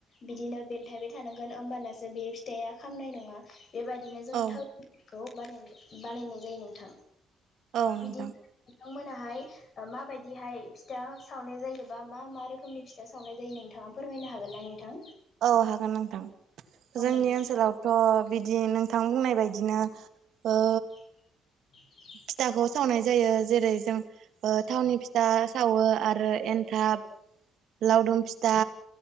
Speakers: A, on the left (about 50°); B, on the right (about 75°).
A: बिदिनो बेलथायबाय थानांगोन ओमबानासो बे फिथाया खामनाय नङा बेबायदिनो जोङो
B: औ
A: थाव खौ बानाय बानायनाय जायो नोंथां
B: औ
A: बिदिन
B: नोंथां
A: नोंथांमोनाहाय ओ माबायदिहाय फिथा सावनाय जायो बा मा मा रोखोमनि फिथा सावनाय जायो नोंथाङा फोरमायनो हागोन ना नोंथां
B: औ हागोन नोंथां
A: औ
B: जोंनि
A: नोंथां
B: ओनसोलाव थ' बिदि नोंथां बुंनाय बायदिनो ओ
A: <inaudible>
B: फिथाखौ सावनाय जायो जेरै जों ओ थावनि फिथ था सावो आरो एन्थाब लावदुम फिथा